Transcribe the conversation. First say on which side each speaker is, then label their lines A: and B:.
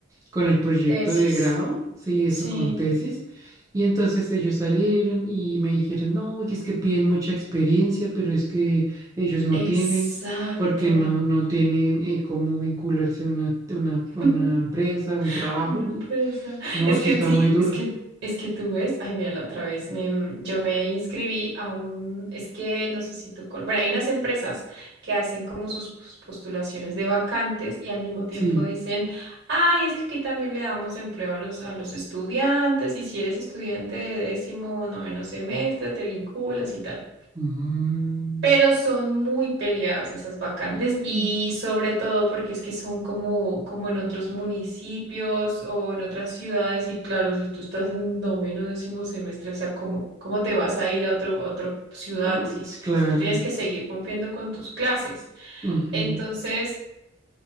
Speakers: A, on the right; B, on the right.
A: con el proyecto
B: tesis,
A: de grado, sí,
B: sí,
A: eso con tesis. Y entonces ellos salieron y me dijeron, no, que es que piden mucha experiencia, pero es que ellos no
B: exacto.
A: tienen, porque no, no tienen eh, cómo vincularse a una, a una,
B: <laughs>
A: a una empresa, a un trabajo.
B: Una empresa.
A: No,
B: Es
A: eso
B: que
A: está
B: sí,
A: muy duro.
B: es que, es que tú ves, ay, mira la otra vez, me- yo me inscribí a un, es que no sé si tú, con, bueno, hay unas empresas que hacen como sus pos- postulaciones de vacantes y al mismo tiempo
A: Sí.
B: dicen, ay, es que aquí también le damos empleo a los, a los estudiantes y si eres estudiante de décimo o noveno semestre, te vinculas y tal.
A: Mm,
B: Pero son muy peleadas esas vacantes
A: mm,
B: y sobre todo porque es que son como, como en otros municipios o en otras ciudades y claro, si tú estás en noveno, décimo semestre, o sea, ¿cómo, cómo te vas a ir a otro, a otra ciudad
A: mm,
B: si,
A: sí, claro.
B: si tú tienes que seguir cumpliendo con tus clases?
A: Ujú.
B: Entonces...